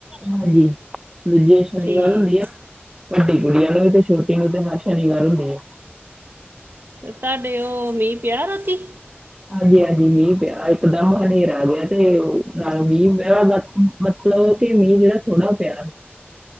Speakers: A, on the right; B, on the right.
A: ਹਾਂਜੀ, ਦੂਜੇ ਸ਼ਨੀਵਾਰ
B: ਠੀਕ
A: ਹੁੰਦੀ ਆ ਵੱਡੀ ਗੁੜੀਆਂ ਨੂੰ ਵੀ ਤੇ ਛੋਟੀ ਨੂੰ ਤੇ ਹਰ ਸ਼ਨੀਵਾਰ ਹੁੰਦੀ ਹੈ।
B: ਤੇ ਤੁਹਾਡੇ ਉਹ ਮੀਂਹ ਪਿਆ ਦਾ ਸੀ।
A: ਹਾਂਜੀ ਹਾਂਜੀ ਮੀਂਹ ਪਿਆ, ਇਕਦਮ ਹਨੇਰਾ ਜਿਆ ਤੇ ਨਾਲ ਮੀਂਹ ਪਿਆ ਦਾ। ਮਤਲਬ ਕਿ ਮੀਂਹ ਜਿਹੜਾ ਥੋੜਾ ਪਿਆ।